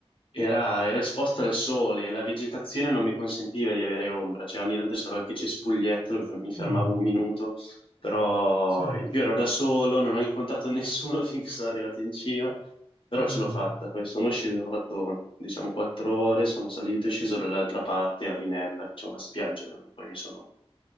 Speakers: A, on the left; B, on the right.
A: era, era esposta al sole e la vegetazione non mi consentiva di avere ombra, cioè ogni tanto c'era qualche cespuglietto, lo- mi fermavo
B: Mm.
A: un minuto, però
B: Sì.
A: in più ero da solo, non ho incontrato nessuno <laughs> finché sono arrivato in cima, però
B: Mm.
A: ce l'ho fatta, poi sono sceso, ho fatto diciamo quattro ore, sono salito e sceso dall'altra parte a Rinella, c'è una spiaggia, no? Poi mi sono